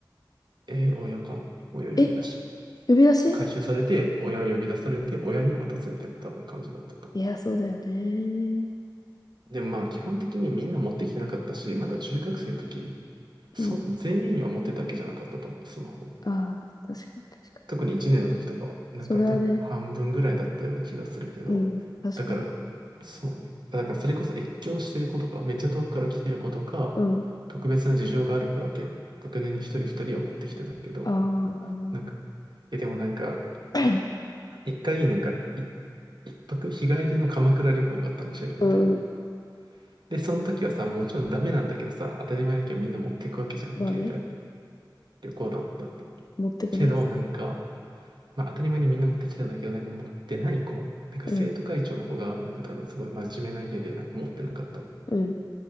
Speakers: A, on the right (about 70°); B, on the left (about 55°).
A: えー親かな親呼び出し。
B: え、呼び出し
A: 回収されて、親を呼び出されて、親に渡すみたいな多分感じだったと。
B: いや、そうだよね。
A: で、まあ基本的にみんな持ってきてなかったし、まだ中学生の時、そ、
B: うん。
A: 全員は持ってたわけじゃなかったと思う、スマホ。
B: ああ、確かに確かに。
A: 特に1年の時とかは、なんか多分半分ぐらいだったような気がするけど、
B: それはね、うん、確かに。
A: だから、そうね。だからそれこそ越境してる子とか、めっちゃ遠くから来てる子とか、
B: うん。
A: 特別な事情がある子だけ、学年に一人二人を持ってきてたけど、
B: ああ、なるほどね。
A: なんか、いやでもなんか、
B: <coughs>
A: 一回、なんか、い一泊、日帰りの鎌倉旅行があったの、中学の時に。
B: うんうん。
A: で、その時はさ、もちろんダメなんだけどさ、当たり前だけどみんな持ってくわけじゃん。
B: まあね、
A: 携帯、旅行だもんだって。
B: 持ってくね。
A: けど、
B: そ
A: なんか、まあ当たり前にみんな持ってきてたんだけど、なんか持ってない子、なんか生徒会長の子が、
B: うん、
A: なんか多分すごい真面目な家で、なんか持ってなかったの、
B: うん、